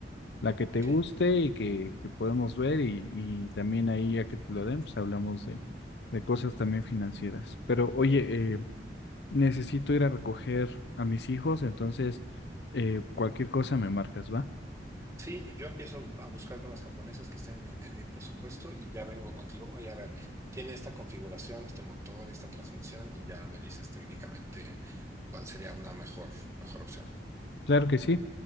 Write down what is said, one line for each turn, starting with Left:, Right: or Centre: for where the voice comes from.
Left: la que te
Right: Ok,
Left: guste y que, que podemos ver y, y también ahí a que te lo den, pues hablamos de, de cosas también financieras. Pero oye, eh, necesito ir a recoger a mis hijos, entonces eh, cualquier cosa me marcas, ¿va?
Right: Sí, yo empiezo a buscar con las japonesas que estén en mi, en mi presupuesto y ya vengo contigo. Oye, a ver, tiene esta configuración, este motor, esta transmisión y ya me dices técnicamente cuál sería una mejor, mejor opción.
Left: Claro que sí.